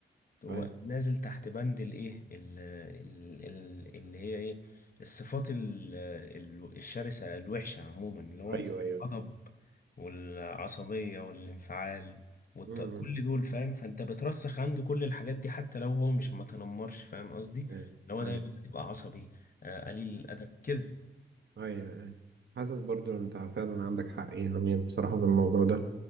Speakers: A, on the left; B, on the right.
A: هو
B: أيوه
A: نازل تحت بند الايه ال- ال- ال- اللي هي ايه الصفات ال- ال- الشرسة الوحشة عموما اللي هو زي
B: أيوه أيوه
A: الغضب والعصبية والانفعال والت...
B: مم.
A: كل دول فاهم فانت بترسخ عنده كل الحاجات دي حتى لو هو مش متنمرش فاهم قصدي
B: أيوه
A: اللي هو
B: أيوه
A: دايما هتبقى عصبي آه، قليل الادب كده
B: ايوه أيوة. حاسس برضو ان انت فعلا عندك حق يعني بصراحة في الموضوع ده